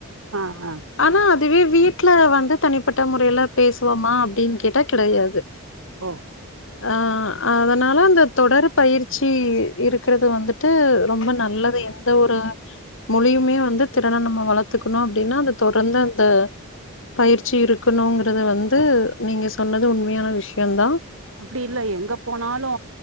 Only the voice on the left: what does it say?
அனா அதுவே வீட்ல வந்து தனிப்பட்ட முறையில பேசுவோமா அப்டின் கேட்டா கெடையாது
து ஆ அதனால அந்த தொடர் பயிற்சி இருக்றது வந்துட்டு ரொம்ப நல்லது என் த ஒரு மொழியுமே வந்து திறன நம்ம வளத்துக்கணு அப்டின்னா அது தொடர்ந்து அந்த பயிற்சி இருக்கணுங்றது வந்து நீங்க சொன்னது உண்மையான விஷ்யோதா